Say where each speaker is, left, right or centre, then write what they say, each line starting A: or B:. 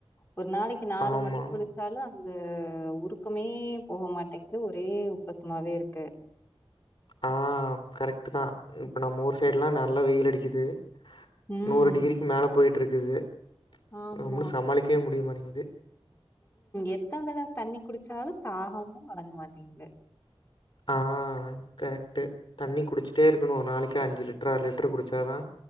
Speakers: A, on the left; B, on the left.
A: ஒரு நாளைக்கி நாலு
B: ஆமா.
A: மட்டு குளிச் ச்சாலு அந்த உருக்கமே போக மாட்டேங்குது ஒரே உப்பஸ்மாவே இருக்கு
B: ஆ கரெக்ட் தா இப்போ நம்ம ஊர் சைட்லா நல்லா வெயில் அடிக்குது
A: ம்
B: நூறு டிகிரிக்கி மேல போயிட்டு ருக்குது
A: ஆமா
B: நம்மளு சமாளிக்கவே முடியமாட்டேங்குது
A: எத்தன தடவ தண்ணி குடிச்சாலு தாகமு அடங்க மாட்டேங்குது
B: ஆ கரெக்ட்டு தண்ணி குடிச்சிட்டே இருக்கணு ஒரு நாளைக்கி அஞ்சு லிட்ரு ஆறு லிட்ரு குடிச்சாதா